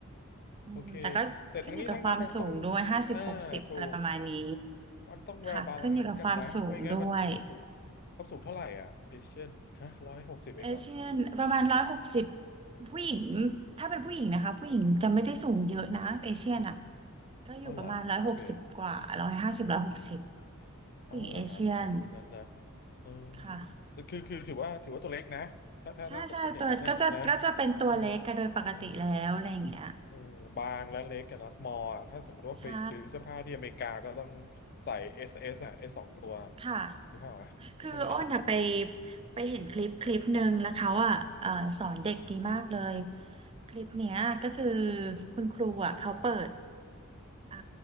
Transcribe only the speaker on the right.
อืมแต่ก็ขึ้นอยู่กับความสูงด้วยห้าสิบหกสิบอะไรประมาณนี้
ค่ะขึ้นอยู่กับความสูงด้วย
เอเชียนประมาณร้อยหกสิบผู้หญิงถ้าเป็นผู้หญิงนะคะผู้หญิงจะไม่ได้สูงเยอะนะเอเชียนอ่ะก็อยู่ประมาณร้อยหกสิบกว่าร้อยห้าสิบร้อยหกสิบ
ผู้หญิงเอเชียน
ค่ะ
ใช่ใช่ตัวก็จะก็จะเป็นตัวเล็กกันโดยปกติแล้วอะไรอย่างเงี้ย
ใช่
ค่ะ
คืออ้นอะไปไปเห็นคลิปคลิปหนึ่งแล้วเขาอะเอ่อสอนเด็กดีมากเลยคลิปเนี้ยก็คือคุณครูอะเขาเปิด อ่า